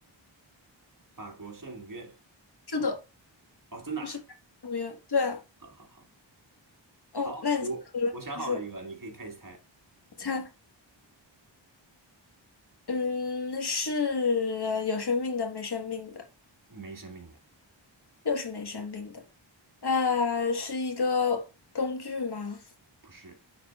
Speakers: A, on the right (about 45°); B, on the left (about 55°).
A: 法国圣母院。
B: 是的，
A: 哦，真的啊
B: 就是纽约，对，
A: 好好好
B: 哦，
A: 好，
B: 那你可能就是
A: 我我想好了一个，你可以开始猜。
B: 猜，嗯，是有生命的，没生命的，
A: 没生命的，
B: 又是没生命的，呃，是一个工具吗？
A: 不是